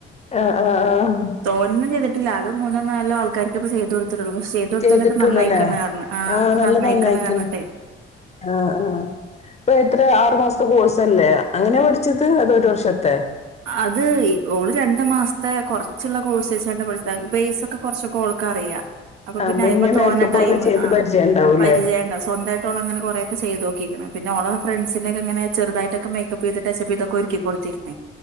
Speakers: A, on the left; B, on the right.
A: ആഹ് ആഹ് ആഹ്
B: തോനൊന്നും ചെയ്തിട്ടില്ല ആകാ മൂന്നോനാലോ ആൾക്കാര്ക്കിപ്പ ചെയ്തൊടുത്തിട്ടൊള്ളു പശെ ചെയ്ന്തോടുത്താലൊക്കെ
A: ചെയ്തിട്ടുള്ളൂല്ലേ
B: നന്നായി ക്ക്ണ്റഞ്ഞ് ആഹ് ഒക്ക
A: നല്ല
B: നന്നായി
A: നന്നായിക്ക്ണ്
B: ക്ക്ണർഞ്ഞിട്ടെ
A: ആഹ് ആഹ് ഇപ്പ എത്ര ആർ മാസ്ത്തെ കോഴ്സ ല്ലേ അങ്ങനെ പഠിച്ചത് അതൊരുർഷത്തെ
B: അത് ഈ ഓള്‌ രണ്ട് മാസ്ത്തെ കൊറച്ച്ള്ള കോഴ്സച്ചണ്ട് പഠിച്ച പൈസൊക്കെ കൊറച്ചൊക്കെ ഒ ഒക്കറിയാ അപ്പോപിന്നെ
A: ആഹ് മുന്നേ
B: അയ്മ തോനടൈമ്
A: മേക്കപ്പ് ഒക്കെ ചെയ്ത്
B: ആഹ്
A: പരിചയം ഉണ്ടാവൂല്ലേ
B: പരിചയ സ്വന്തയിട്ട് ഓൾ അങ്ങന കൊറേയൊക്കെ ചെയ്തോക്കിക്ക്ണ് പിന്നെ ഓളെ ഫ്രണ്ട്സിനക്കേ ഇങ്ങനെ ചെറുതായിട്ടൊക്കേ മേക്കപ്പീത് ടച്ചപ്പി തൊക്ക ഒരിക്കി കൊട്തീര്ന്നേ